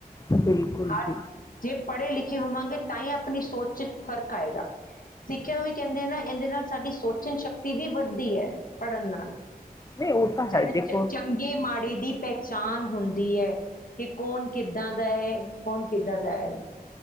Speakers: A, on the left; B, on the left.
A: ਬਿਲਕੁਲ
B: ਹ
A: ਜੀ
B: ਜੇ ਪੜ੍ਹੇ ਲਿਖੇ ਹੋਵਾਂਗੇ ਤਾਂ ਹੀ ਆਪਣੀ ਸੋਚ ਚ ਫਰਕ <unintelligible> ਏਗਾ ਸਿੱਖਿਆ ਹੋ ਹੀ ਕਹਿੰਦੇ ਨਾ ਇਹਦੇ ਨਾਲ ਸਾਡੀ ਸੋਚਣ ਸ਼ਕਤੀ ਵੀ ਵਧ ਦੀ ਹੈ ਪੜ੍ਹਨ ਨਾਲ।
A: ਨਹੀਂ ਉਹ ਤਾਂ
B: ਸਾਨੂੰ
A: ਹੈ ਦੇਖੋ
B: ਚ ਚੰਗੇ ਮਾੜੇ ਦੀ ਪੈ ਚਾਨ ਹੁੰਦੀ ਹੈ। ਕਿ ਕੌਣ ਕਿੱਦਾਂ ਦਾ ਹੈ, ਕੌਣ ਕਿੱਦਾਂ ਦਾ ਹੈ।